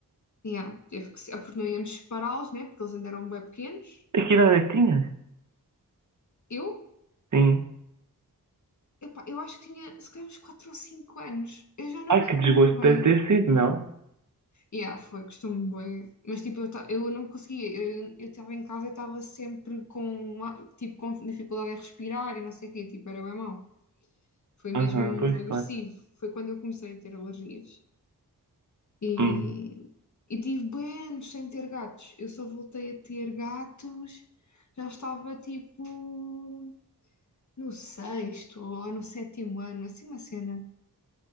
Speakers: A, on the left; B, on the right.
A: Yeah, teve que ser, porque não íamos separá-los, né? Porque eles ainda eram bem pequenos.
B: E que idade é que tinhas?
A: Eu,
B: Sim.
A: Epá, eu acho que tinha se calhar uns 4 ou cinco anos. Eu já não
B: Ai,
A: me lembro
B: que desgosto
A: muito bem.
B: deve ter sido, não?
A: E ah, foi, gostou-me bem. Mas tipo, eu, ta- eu não conseguia. Eu estava em casa e estava sempre com, ah, tipo, com dificuldade em respirar e não sei o quê. Tipo, era bem mau. Foi mesmo
B: Aham, pois
A: agressivo.
B: claro.
A: Foi quando eu comecei a ter alergias. E,
B: Hum,
A: e tive bem anos sem ter gatos. Eu só voltei a ter gatos. Já estava tipo no sexto ou no sétimo ano, assim uma cena.